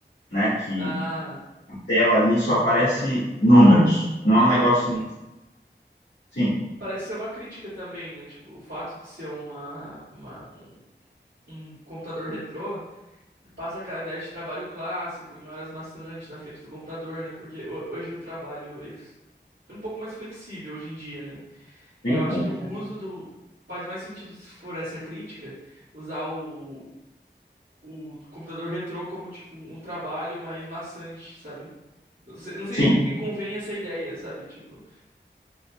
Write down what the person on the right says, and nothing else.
Ah.
Então,
parece ser uma crítica também, né? Tipo, o fato de ser uma, uma- um, um computador retrô passa aquela ideia de trabalho clássico, em horas maçantes na frente do computador, né? Porque ho- hoje o trabalho, ele é um pouco mais flexível hoje em dia, né?
Eu acho que o uso do. Faz mais sentido, se for essa crítica, usar o, o computador retrô como, tipo, um trabalho mais maçante, sabe? Não sei, não sei,
me convém essa ideia, sabe? Tipo.